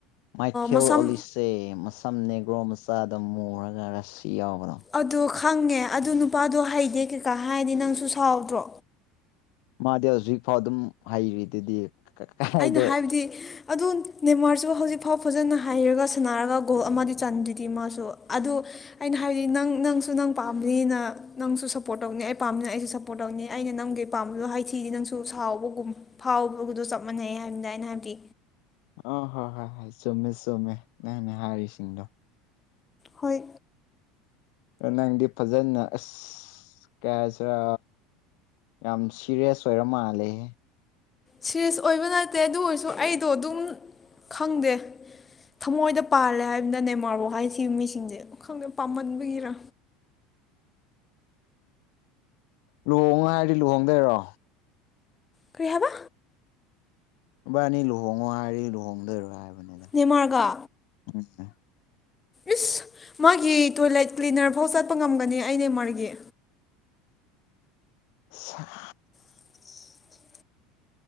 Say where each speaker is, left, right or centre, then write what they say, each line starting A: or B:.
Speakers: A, on the left; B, on the left.
A: ꯃꯥꯏꯈꯦꯜ
B: ꯃꯁꯝ
A: ꯑꯣꯂꯤꯁꯁꯦ ꯃꯁꯝ ꯅꯦꯒ꯭ꯔꯣ ꯃꯆꯥꯗ ꯃꯨꯔꯒ ꯔꯁꯤ ꯌꯥꯎꯕꯅꯣ
B: ꯑꯗꯣ ꯈꯪꯉꯦ ꯑꯗꯨ ꯅꯨꯄꯥꯗꯣ ꯍꯩꯗꯦ ꯀꯩꯀꯥ ꯍꯥꯏꯔꯗꯤ ꯅꯪꯁꯨ ꯁꯥꯎꯗ꯭ꯔꯣ
A: ꯃꯥꯗꯤ ꯍꯧꯖꯤꯛꯐꯥꯎ ꯑꯗꯨꯝ ꯍꯩꯔꯤꯗꯨꯗꯤ ꯀꯥꯏꯗ
B: ꯑꯩꯅ ꯍꯥꯏꯕꯗꯤ ꯑꯗꯨ ꯅꯦꯃꯥꯔꯁꯨ‌ ꯍꯧꯖꯤꯛꯐꯥꯎ ꯐꯖꯅ ꯍꯩꯔꯒ ꯁꯥꯟꯅꯔꯒ ꯒꯣꯜ ꯑꯃꯗꯤ ꯆꯥꯟꯂꯤꯗꯨꯗꯤ ꯃꯥꯁꯨ ꯑꯗꯨ ꯑꯩꯅ ꯍꯥꯏꯗꯤ ꯅꯪ ꯅꯪꯁꯨ ꯅꯪ ꯄꯥꯝꯕꯂꯤꯅ ꯅꯪꯁꯨ ꯁꯞꯄꯣꯔꯠ ꯇꯧꯅꯤ ꯑꯩ ꯄꯥꯝꯕꯅꯤꯅ ꯑꯩꯁꯨ ꯁꯞꯄꯣꯔꯠ ꯇꯧꯅꯤ ꯑꯩꯅ ꯅꯪꯒꯤ ꯄꯥꯝꯕꯗꯣ ꯍꯥꯏꯊꯤꯗꯤ ꯅꯪꯁꯨ ꯁꯥꯎꯕꯒꯨꯝ ꯐꯥꯎꯕꯒꯗ ꯆꯞ ꯃꯥꯟꯅꯩ ꯍꯥꯏꯕꯅꯤꯅ ꯑꯩꯅ ꯍꯥꯏꯕꯗꯤ
A: ꯑ ꯍꯣꯏ ꯍꯣꯏ ꯍꯣꯏ ꯆꯨꯝꯃꯦ ꯆꯨꯝꯃꯦ ꯅꯅꯦ ꯍꯥꯏꯔꯤꯁꯤꯡꯗꯣ
B: ꯍꯣꯏ
A: ꯅꯪꯗꯤ ꯐꯖꯅ ꯑꯁ ꯀꯌꯥꯁꯤꯔꯥ ꯌꯥꯝ ꯁꯤꯔꯤꯌꯁ ꯑꯣꯏꯔ ꯃꯥꯜꯂꯦꯍꯦ
B: ꯁꯤꯦꯔꯤꯌꯁ ꯑꯣꯏꯕ ꯅꯠꯇꯦ ꯑꯗꯨ ꯑꯣꯏꯔꯁꯨ ꯑꯩꯗꯣ ꯑꯗꯨꯝ ꯈꯪꯗꯦ ꯊꯃꯣꯏꯗ ꯄꯥꯜꯂꯦ ꯍꯥꯏꯕꯅꯤꯗ ꯅꯦꯃꯥꯥꯔ ꯍꯥꯏꯈꯤ ꯃꯤꯁꯤꯡꯁꯦ ꯈꯪꯗꯦ ꯄꯥꯝꯃꯟꯕꯒꯤꯔꯥ
A: ꯂꯨꯍꯣꯡꯉꯣ ꯍꯥꯏꯔꯗꯤ ꯂꯨꯍꯣꯡꯗꯣꯏꯔꯣ
B: ꯀꯩꯍꯥꯏꯕ
A: ꯈꯣꯏꯕꯥꯟꯅꯤ ꯂꯨꯍꯣꯡꯉꯣ ꯍꯥꯏꯔꯤ ꯂꯨꯍꯣꯡꯗꯣꯏꯔꯣꯏ ꯍꯥꯏꯕꯅꯤ
B: ꯅꯦꯃꯥꯔ ꯒꯥ
A: ꯎ <unintelligible>
B: ꯏꯁ ꯃꯥꯒꯤ ꯇꯣꯏꯂꯦꯠ ꯀ꯭ꯂꯤꯅꯔ ꯐꯧ ꯆꯠꯄ ꯉꯝꯒꯅꯤ ꯑꯩ ꯅꯦꯃꯥꯔ ꯒꯤ
A: ꯑ <unintelligible>
B: <inaudible>